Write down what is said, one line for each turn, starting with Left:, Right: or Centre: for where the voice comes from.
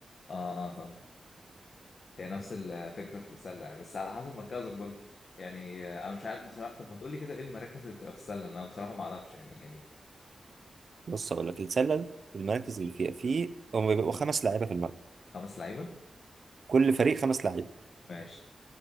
Left: أه آه. هي نفس الفكره في السله يعني بس على حسب مركزك برضه يعني آه، انا مش عارف بصراحه طب ما تقول لي كده ايه المراكز اللي بتبقى في السله انا بصراحه ما اعرفش يعني يعني
Right: بص اقول لك السله المراكز اللي فيها في هم بيبقوا خمس لعيبه في الملعب
Left: خمس لعيبه
Right: كل فريق خمس لعيبه
Left: ماشي